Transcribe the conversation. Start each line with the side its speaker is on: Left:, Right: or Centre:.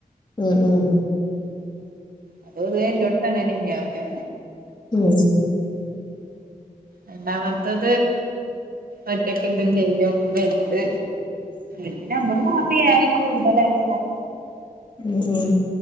Left: ഉം ഉം
Right: അത് ന്നെ എല്ലോട്ത്തങ്ങനെന്നാവുലെ
Left: ഉം
Right: രണ്ടാമത്തത് ഒറ്റയ്ക്കെന്തേലും ചെയ്തേ വൽത് ഇതിന നമ്മളെ നാട്ടി ഏറിം കൂട്തലായിരിക്കും
Left: ഉം ഉം